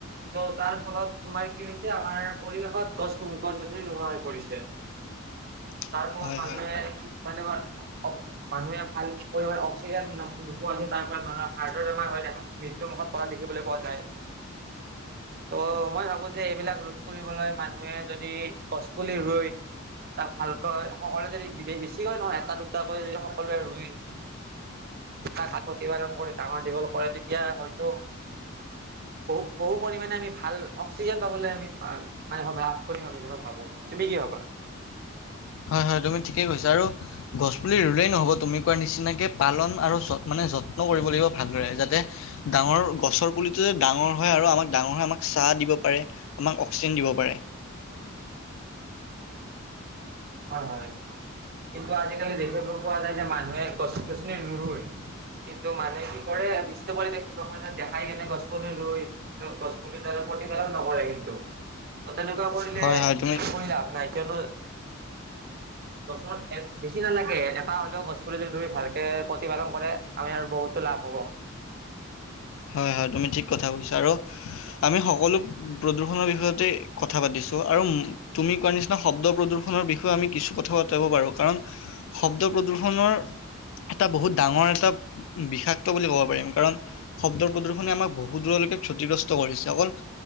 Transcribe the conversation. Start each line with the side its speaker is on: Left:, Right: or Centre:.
Right: ত' তাৰ ফলত তোমাৰ কি হৈছে আমাৰ পৰিৱেশত গছ সংকট গছনি নোহোৱা হৈ পৰিছে।
Left: <inaudible>
Right: তাৰ ফলত
Left: হয়
Right: মানুহে
Left: হয়
Right: মানে আমাৰ মানুহে ভাল পৰিমাণে অক্স অক্সিজেন না নোপোৱাকৈ তাৰ ফলত মানুহৰ হাৰ্টৰ বেমাৰ হৈ মৃত্যুমুখত পৰা দেখিবলৈ পোৱা যায়। ত' মই ভাবোঁ যে এইবিলাক ৰোধ কৰিবলৈ মানুহে যদি গছ পুলি ৰুই তাক ভালকৈ সকলোৱে যদি বেছিকৈ নহয় এটা দুট টাকৈ যদি সকলোৱে ৰুই তাক প্ৰতিপালন কৰি ডাঙৰ দীঘল কৰে তেতিয়া হয়তো বহু, বহু পৰিমাণে আমি ভাল অক্সিজেন পাবলৈ আমি পা মানে ভ লাভ কৰিম আমি এনেকুৱা ভাবোঁ! তুমি কি ভাবা?
Left: হয়, হয়, তুমি ঠিকেই কৈছা আৰু গছ পুলি ৰুলেই নহ'ব তুমি কোৱাৰ নিচিনাকে পালন আৰু য মানে যত্নও কৰিব লাগিব ভালদৰে, যাতে ডাঙৰ গছৰ পুলিটো যে ডাঙৰ হয় আৰু আমাক ডাঙৰ হৈ আমাক ছাঁ দিব পাৰে, আমাক অক্সিজেন দিব পাৰে।
Right: হয়, হয়, কিন্তু আজিকালি দেখিব পোৱা যায় যে মানুহে গছ গছনি নোৰুই! কিন্তু মানুহে কি কৰে বিশ্ব পৰিৱেশ দিৱস মানে দেখাই কিনে গছ পুলি ৰুই! ত' গছপুলিডালৰ প্ৰতিপালন নকৰে কিন্তু। ত' তেনেকুৱা কৰিলে,
Left: হয় হয় তুমি
Right: কৰি লাভ নাই কিয়নো বছৰত বেছি নালাগে এটা হ'লেও গছপুলি যদি ধৰি ভালকে প্ৰতিপালন কৰে আমি আৰু বহুতো লাভ হ'ব!
Left: হয়, হয়, তুমি ঠিক কথা কৈছা আৰু আমি সকলো প্ৰদূষণৰ বিষয় তেই কথা পাতিছোঁ, আৰু তুমি কোৱাৰ নিছিনা শব্দ প্ৰদূষণৰ বিষয়ে আমি কিছু কথাও আঁতৰাব পাৰোঁ, কাৰণ শব্দ প্ৰদূষণৰ এটা বহুত ডাঙৰ এটা বিষাক্ত বুলি ক'ব পাৰিম, কাৰণ শব্দ প্ৰদূষণে আমাক বহু দূৰলৈকে ক্ষতিগ্ৰস্ত কৰিছে অকল